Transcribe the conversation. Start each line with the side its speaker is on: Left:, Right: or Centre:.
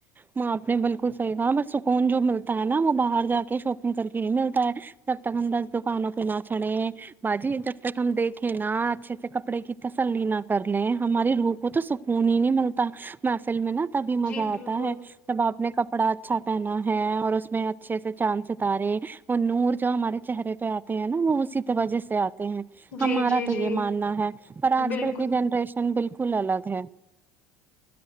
Right: میں آپ نے بالکل صحیح کہا ب سکون جو ملتا ہے نا وہ باہر جا کے شاپنگ کر کے ہی ملتا ہے جب تک ہم دس دکانوں پہ نہ چڑھے باجی جب تک ہم دیکھیں نا اچھے سے کپڑے کی تسلی نہ کر لیں ہماری روح کو تو سکون ہی نہیں ملتا محفل میں نا تبھی مزہ
Left: جی بالکل
Right: آتا ہے جب آپ نے کب بڑا اچھا پہنا ہے اور اس میں اچھے سے چاند ستارے وہ نور جو ہمارے چہرے پہ آتے ہیں نا وہ اس بجے سے آ ہیں
Left: جی
Right: ہمارا
Left: جی جی
Right: تو یہ ماننا ہے پر آج
Left: بالکل
Right: کل کی جنریشن بالکل فل الگ ہے